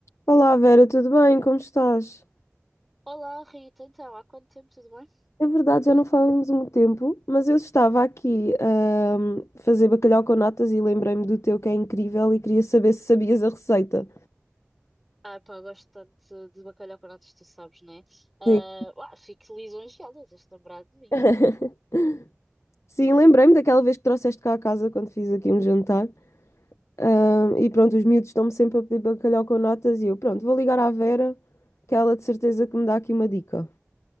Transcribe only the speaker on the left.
Olá Vera, tudo bem? Como estás?
É verdade, já não falamos há muito tempo, mas eu estava aqui ahm, a fazer bacalhau com natas e lembrei-me do teu que é incrível e queria saber se sabias a receita.
Sim.
<laughs> Sim, lembrei-me daquela vez que trouxeste cá a casa quando fiz aqui um jantar. Ahm, e pronto, os miúdos estão-me sempre a pedir bacalhau com natas e eu, pronto, vou ligar à Vera, que ela de certeza que me dá aqui uma dica.